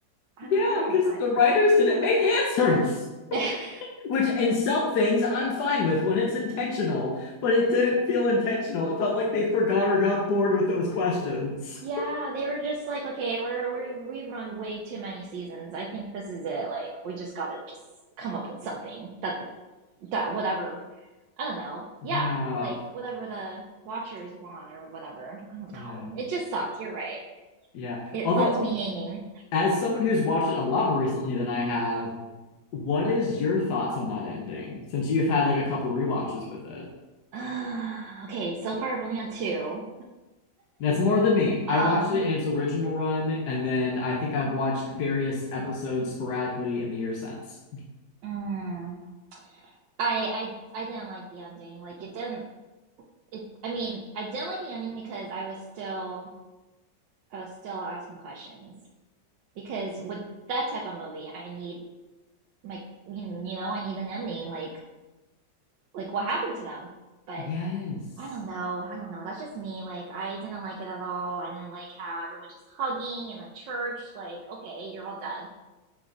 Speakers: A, on the right (about 85°); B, on the left (about 65°).
A: I don't
B: Yeah,
A: know.
B: because
A: I
B: the writers didn't make answers.
A: <laughs>
B: Which in some things I'm fine with when it's intentional, but it didn't feel intentional. It felt like they forgot or got bored with those questions.
A: Yeah, they were just like, okay, we're we we've run way too many seasons. I think this is it. Like, we just gotta just come up with something that the, that whatever I don't know.
B: Yeah.
A: Yeah, like whatever the watchers want or whatever. I don't
B: Yeah.
A: know. It just sucked. You're right.
B: Yeah.
A: It
B: Although
A: left me hanging.
B: as someone who's watched it a lot more recently than I have, what is your thoughts on that ending? Since you've had like a couple rewatches with it.
A: <sighs> okay, so far I've only had two.
B: That's more than me. I watched
A: Um,
B: it in its original run, and then I think I've watched various episodes sporadically in the year since.
A: mm, I I I didn't like the ending. Like, it didn't. It. I mean, I didn't like the ending because I was still I was still asking questions. because with that type of movie i need my you you know i need an ending like like what happened to them but
B: Yes.
A: i don't know i don't know that's just me like i didn't like it at all i didn't like how everyone was just hugging in the church like okay you're all dead